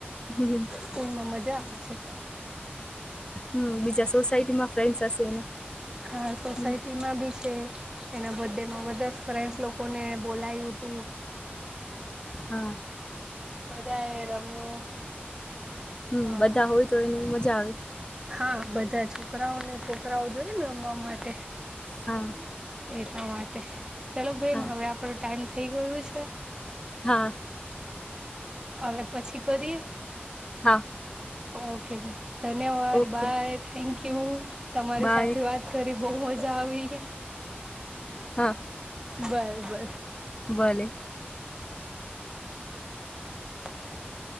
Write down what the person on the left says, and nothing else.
હમ.
હમ બીજા સોસાયટીમાં ફ્રેન્સ હશે એના.
હમ
હા.
હમ
બધા હોય, તો એની મજા આવે.
હા.
હા
હા
હા
ઓકે
બાય
હા,
ભલે.